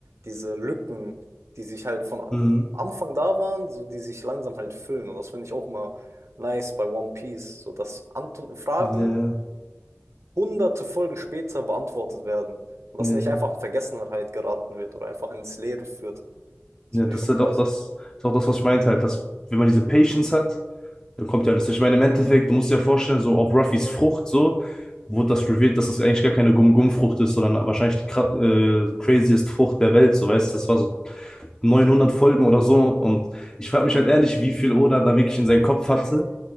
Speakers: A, on the right (about 80°); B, on the left (about 15°).
A: diese Lücken, die sich halt von äh,
B: mhm.
A: Anfang da waren, so die sich langsam halt füllen. Und das finde ich auch immer Nice bei One Piece, so dass Ant Fragen
B: ja,
A: hunderte Folgen später beantwortet werden und
B: ja,
A: das nicht einfach in Vergessenheit geraten wird oder einfach ins Leere führt. Das
B: ja,
A: finde
B: das
A: ich schon
B: ist halt
A: krass.
B: auch das, ist auch das, was ich meinte, halt, dass wenn man diese Patience hat, dann kommt ja alles. Ich meine, im Endeffekt, du musst dir ja vorstellen, so auch Ruffys Frucht, so wurde das revealed, dass das eigentlich gar keine Gum-Gum-Frucht ist, sondern wahrscheinlich die kra- äh, craziest Frucht der Welt, so weißt du, das war so 900 Folgen oder so und ich frage mich halt ehrlich, wie viel Oda da wirklich in seinen Kopf hatte,